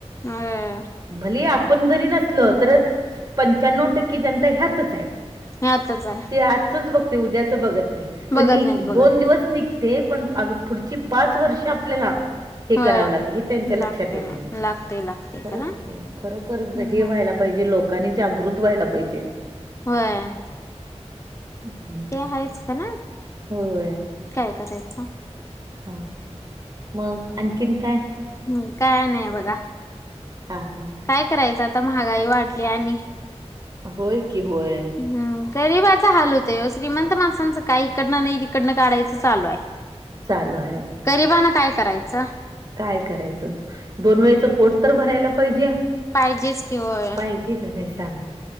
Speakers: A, on the left; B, on the right.
A: होय
B: भले आपण जरी नसलो
A: हम्म
B: तर पंच्याण्णव टक्के जनता ह्यातच आहे.
A: हे आताच आहे.
B: ते आजचच बघतोय उद्याच बघत नाही पण
A: बघत
B: हे
A: नाहीत बघत
B: दोन
A: नाहीत
B: दिवस निघ ते पण अगं पुढची पाच वर्षे आपल्याला हे
A: होय.
B: करावं लागत हे त्यांच्या लक्षात
A: लागतय
B: येत नाही
A: लागतय लागतय
B: खरंच
A: खरं
B: की खरोखरचं
A: होय.
B: हे व्हायला पाहिजे लोक कानी जागृत व्हायला पाहिजे.
A: व्हय.
B: हं.
A: ते आहेच का ना
B: होय.
A: काय करायचं.
B: हा मग आणखीन काय?
A: मंग काय नाही बघ.
B: हा हा.
A: काय करायचं आता महागाई वाढली आणि
B: होय की होय.
A: हम्म गरीबाच हाल होतंय ओ श्रीमंत माणसांचं काय इकडनं नाही तिकडनं काढायचं चालू आहे.
B: चालू आहे.
A: गरीबानं काय करायचं?
B: काय करायचं, दोन
A: हम्म
B: वेळेचं पोट तर भरायला पाहिजे.
A: पाहिजेच कि होय
B: पाहिजे का नाही सांग?